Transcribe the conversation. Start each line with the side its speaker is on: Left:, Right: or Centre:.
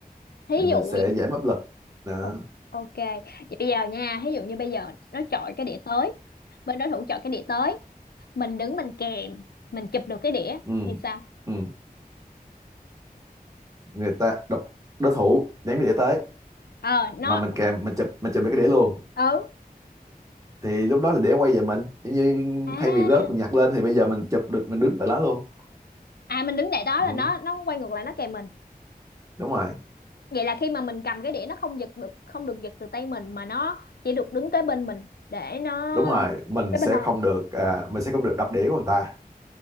Left: thí
Right: thì mình
Left: dụ
Right: sẽ
Left: nha.
Right: dễ áp lực đó
Left: Ồ, ok. Vậy bây giờ nha, thí dụ như bây giờ nó chọi cái đĩa tới, bên đối thủ chọi cái đĩa tới, mình đứng mình kèm, mình chụp được cái đĩa
Right: ừ.
Left: thì sao?
Right: Ừ. người ta đập đối thủ ném cái đĩa tới
Left: Ờ nó
Right: mà mình kèm mình chụp mình chụp được cái đĩa luôn
Left: ừ.
Right: thì lúc đó là đĩa quay về mình giống như
Left: À,
Right: thay vì rớt mình nhặt lên thì bây giờ mình chụp được mình đứng tại đó luôn
Left: à mình đứng tại đó
Right: ừ.
Left: là nó nó quay ngược lại nó kèm mình
Right: đúng rồi
Left: vậy là khi mà mình cầm cái đĩa nó không giật được không được giật từ tay mình mà nó chỉ được đứng kế bên mình để nó
Right: đúng rồi mình
Left: cái
Right: sẽ
Left: bên thôi
Right: không được à, mình sẽ không được đập đĩa của người ta